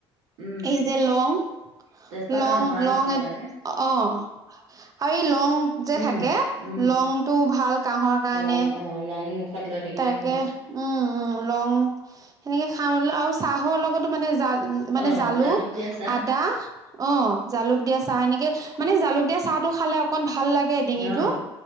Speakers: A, on the right; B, on the right.
A: উম,
B: এই যে লং -
A: তেজপাতৰ
B: লং
A: ধোঁৱাটো
B: -লং
A: খাব
B: এ
A: লাগে।
B: অ' আৰু এই লং যে
A: উম,
B: থাকে,
A: উম,
B: লং টো ভা ভাল কাহৰ কাৰণে
A: লং অ', লং মুখত লৈ থাকিলেও
B: তাকে
A: ভাল।
B: উম উ লং সেনেকে খাও আৰু চাহৰ লগতো মানে জাল উ মানে
A: অ',
B: জালুক
A: দিয়া চাহ
B: আদা অ জালুক দিয়া চাহ এনেকে মানে জালুক দিয়া চাহটো খালে অকন ভাল লাগে ডিঙিটো
A: অ',